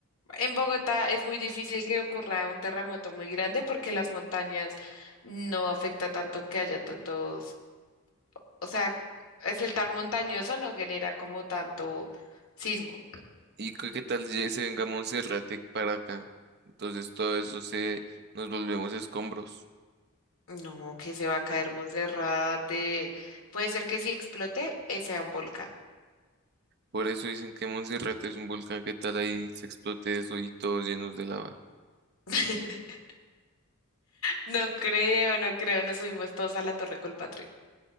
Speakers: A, on the left (about 70°); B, on the right (about 50°).
A: En Bogotá es muy difícil que ocurra un terremoto muy grande porque las montañas no afecta tanto que haya tantos, o sea, es el tan montañoso no genera como tanto sismo.
B: ¿Y qué qué tal ya se venga Monserrate para acá? Entonces todo eso se nos volvemos escombros.
A: No, que se va a caer Monserrate. Puede ser que si explote, eh, sea un volcán.
B: Por eso dicen que Monserrate es un volcán. ¿Qué tal ahí se explote eso y todos llenos de lava?
A: <laughs> No creo, no creo. Nos subimos todos a la Torre Colpatria.